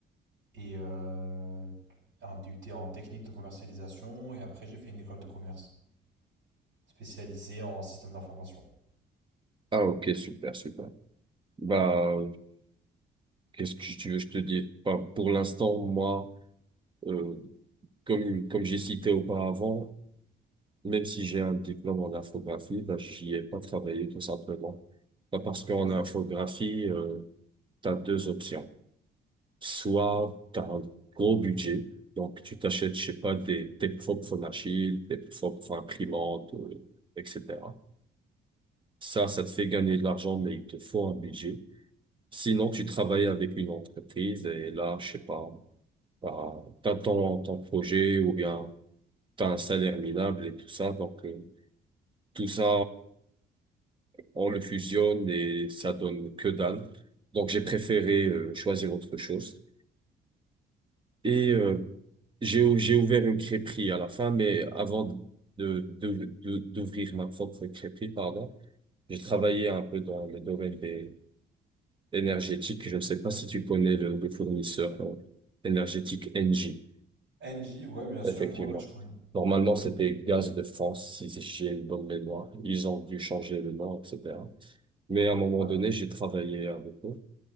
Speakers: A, on the right (about 75°); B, on the right (about 25°).
A: et euh, un DUT en technique de commercialisation. Et après, j'ai fait une école de commerce spécialisée en système d'information.
B: Ah, ok, super, super. Bah, qu'est-ce que tu veux, je te dis? Bah, pour l'instant, moi, euh, comme, comme j'ai cité auparavant, Même si j'ai un diplôme en infographie, bah, j'y ai pas travaillé tout simplement. Bah, parce qu'en
A: Ok.
B: infographie, euh, tu as deux options. Soit tu as un gros budget, donc tu t'achètes, je sais pas, des, tes propres phonachiles, tes propres imprimantes, euh, etc. Ça, ça te fait gagner de l'argent, mais il te faut un budget. Sinon, tu travailles avec une entreprise et là, je sais pas, bah, t'as ton, ton projet ou bien t'as un salaire minable et tout ça. Donc, euh, tout ça, on le fusionne et ça donne que dalle. Donc j'ai préféré euh, choisir autre chose. Et euh, j'ai j'ai ouvert une crêperie à la fin, mais avant de de de- d'ouvrir ma propre crêperie, pardon, j'ai travaillé un peu dans le domaine des énergétiques. Je ne sais pas si tu connais le, le fournisseur euh, énergétique Engie,
A: NJ, ouais, bien sûr.
B: effectivement.
A: Ouais, ouais, je connais.
B: Normalement, c'était Gaz de France, si j'ai une bonne mémoire. Ils ont dû changer le nom, etc. Mais à un moment
A: Ouais,
B: donné, j'ai travaillé avec eux.